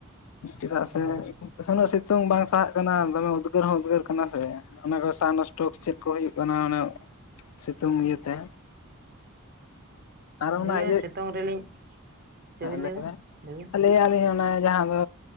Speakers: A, on the left; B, on the right.
A: ᱪᱮᱫᱟᱜ
B: ᱦᱳᱭ
A: ᱥᱮ ᱱᱟᱥᱮ ᱥᱤᱛᱚᱝ ᱵᱟᱝ ᱥᱟᱦᱟᱜ ᱠᱟᱱᱟ ᱫᱚᱢᱮ ᱩᱫᱽᱜᱟᱹᱨ ᱦᱚᱸ ᱩᱫᱽᱜᱟᱹᱨ ᱠᱟᱱᱟ ᱥᱮ ᱚᱱᱟ ᱠᱚ ᱥᱟᱦ ᱱᱚᱥᱴᱳᱯ ᱪᱮᱫ ᱠᱚ ᱦᱩᱭᱩᱜ ᱠᱟᱱᱟ ᱚᱱᱟ ᱥᱤᱛᱩᱝ ᱤᱭᱟᱹᱛᱮ ᱟᱨ ᱚᱱᱟ
B: ᱱᱤᱭᱟᱹ
A: ᱤᱭᱟᱹ
B: ᱥᱤᱛᱩᱝ ᱨᱮᱞᱤᱧ ᱪᱮᱫ ᱵᱤᱱ ᱞᱟᱹᱭᱫᱟ
A: ᱞᱟᱹᱭ ᱵᱮᱱ
B: ᱵᱤᱱ
A: ᱞᱟᱹᱭ ᱮᱜ-ᱟ ᱞᱤᱧ ᱚᱱᱟ ᱡᱟᱦᱟᱸ ᱫᱚ